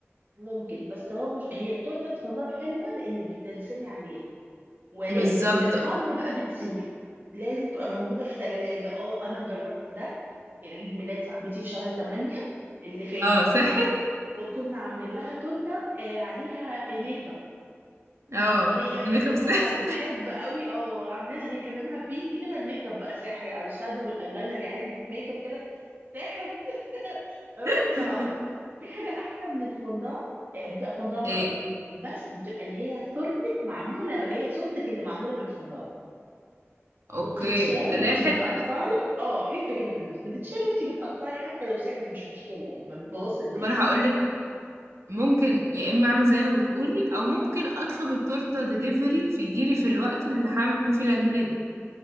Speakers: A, on the right (about 45°); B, on the right (about 85°).
A: ممكن بس هو مش هي التورته الفندق حلوه لانك بترسمي عليها ولكن
B: بالظبط
A: في الحر
B: اه
A: بقى بتسيح لازم تبقى موجوده في ثلاجه اه انا جربت ده كان عيد ميلاد صاحبتي في شهر 8 اللي فات
B: اه صحت
A: وكنا عاملين لها تورته آه، عليها ميك اب
B: اه
A: هي بنوته
B: الميك اب صح
A: بتحب قوي اه عاملينها هي كان لونها بينك كده الميك اب بقى ساحر اي شادو والايلاينر يا علبه ميك اب كده ساحر <laughs> بقت
B: <laughs>
A: صعبة في حاجة أحلى من الفondان آه، بتبقى فondان
B: ايه
A: برضه بس بتبقى اللي هي صورتك معمولة بقى هي صورتك اللي معمولة بالفondان وبتتشال
B: اوكي لا
A: وانت
B: حته
A: بتقطعي
B: بس كده
A: اه حتة كده في النص بتتشال وانت بتقطعي حتى لو ساحت مش مشكلة يعني ما بتبوظش الدنيا
B: طب انا هقول لك على فكره ممكن يا اما اعمل زي ما بتقولي او ممكن اطلب التورته ديليفري في يجيلي في الوقت اللي هعمل فيه العيد ميلاد